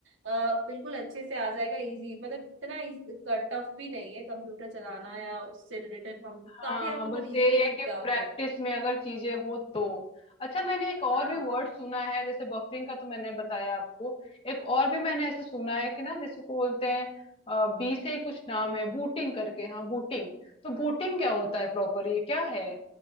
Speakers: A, on the right (about 70°); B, on the left (about 30°).
A: अ, बिल्कुल अच्छे से आ जाएगा इजी मतलब इतना टफ भी नहीं है कंप्यूटर चलाना या उससे रिलेटेड हम
B: हाँ
A: काफी आप
B: हाँ
A: मतलब
B: बस
A: इजीली
B: यही
A: सीख
B: है कि
A: जाओगे
B: प्रैक्टिस में अगर चीजें हो तो अच्छा मैंने एक और
A: हाँ
B: भी वर्ड सुना है जैसे बफरिंग का तो मैंने बताया आपको एक और भी मैंने ऐसे सुना है कि ना जिसको बोलते हैं अ, बी से ही कुछ नाम है बूटिंग करके हाँ बूटिंग तो बूटिंग क्या होता है प्रॉपर ये क्या है